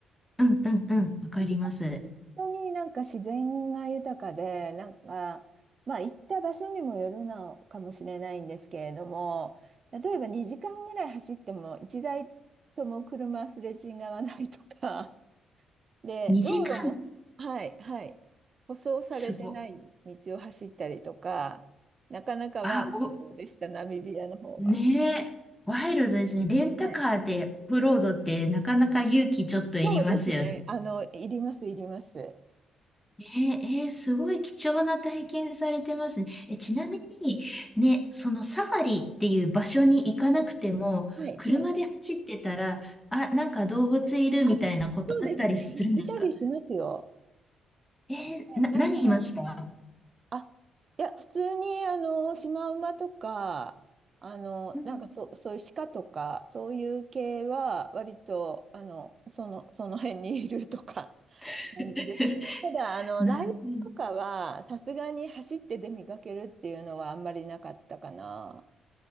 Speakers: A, in the centre; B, on the right.
A: うんうんうん、わかります。
B: 本当になんか自然が豊かで、なんか、まあ行った場所にもよるのかもしれないんですけれども、例えば2時間ぐらい走っても1台とも車すれ違わないとか、で、
A: 2時間
B: 道路も、はい、はい、舗装されてない道を走ったりとか、
A: すご。
B: なかなかワイルドでした、
A: あ、お、
B: ナミビアの方は。
A: ねえ。ワイルドですね。レンタカーでオフロードってなかなか勇気ちょっといりますよね。
B: はい。そうですね。あの、いります、いります。
A: ねえ、えーすごい貴重な体験されてますね。え、ちなみに、ね、そのサファリっていう場所に行かなくても、
B: はい、はい。
A: 車で走ってたら、あ、なんか動物いるみたいなことあったりするんですか
B: あ、そうですね。い、いたりしますよ。
A: えーな、
B: なんか、
A: 何いました
B: あ、いや、普通に、あの、シマウマとか、あの、
A: うん。
B: なんかそそういう鹿とか、そういう系は、割と、あの、その、その辺にいるとか。
A: <laughs>
B: 感じですね。ただ、あの、
A: ない。
B: ライブとかは、さすがに走って出見かけるっていうのはあんまりなかったかな。